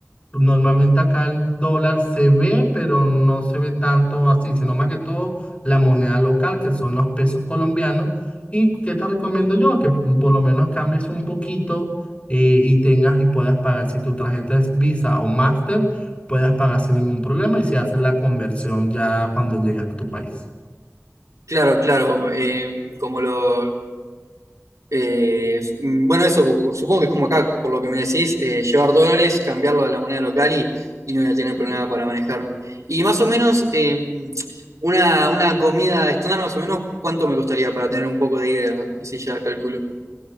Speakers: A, on the left (about 25°); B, on the right (about 90°).
A: Normalmente acá el dólar se ve, pero no se ve tanto así, sino más que todo la moneda local, que son los pesos colombianos. ¿Y qué te recomiendo yo? Que por lo menos cambies un poquito eh, y tengas y puedas pagar. Si tu tarjeta es Visa o Master, puedas pagar sin ningún problema y se hace la conversión ya cuando llegas a tu país.
B: Claro, claro, eh, como lo, Eh, mm, bueno, eso supongo que es como acá, por lo que me decís, eh, llevar dólares, cambiarlo a la moneda local y, y no voy a tener problema para manejarme. Y más o menos, eh, una, una comida estándar, más o menos, ¿cuánto me costaría para tener un poco de idea? Así ya calculo.